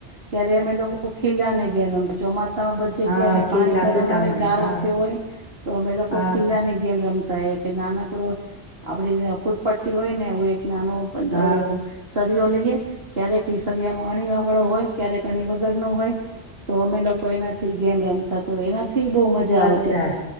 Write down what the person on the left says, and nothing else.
હા
કિલ્લા
કોતામણી
હા
હા
હા
અચ્છા